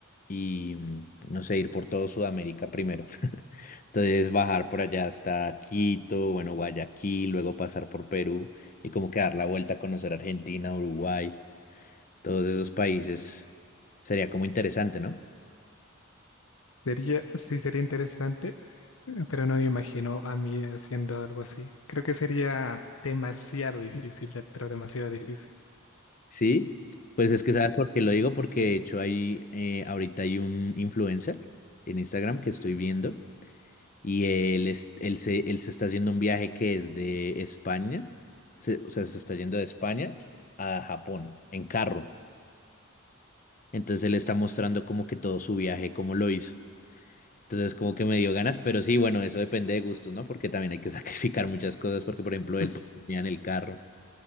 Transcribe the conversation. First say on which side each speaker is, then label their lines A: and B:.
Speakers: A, on the left (about 40°); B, on the left (about 70°).
A: y, mm, no sé, ir por todo Sudamérica primero. <laughs> Entonces bajar por allá hasta Quito, bueno, Guayaquil, luego pasar por Perú y como que dar la vuelta a conocer Argentina, Uruguay, todos esos países. Sería como interesante, ¿no?
B: Sería, sí, sería interesante, eh, pero no me imagino a mí haciendo algo así. Creo que sería demasiado difícil, de- pero demasiado difícil.
A: Sí, pues es
B: Sí,
A: que sabes por qué lo digo, porque de hecho hay, eh, ahorita hay un influencer en Instagram que estoy viendo y él, es- él, se, él se está haciendo un viaje que es de España, se- o sea, se está yendo de España a Japón en carro. Entonces él está mostrando como que todo su viaje, cómo lo hizo. Entonces como que me dio ganas, pero sí, bueno, eso depende de gustos, ¿no? Porque también hay que <laughs> sacrificar muchas cosas, porque por ejemplo
B: es-
A: él pues, dormía en el carro.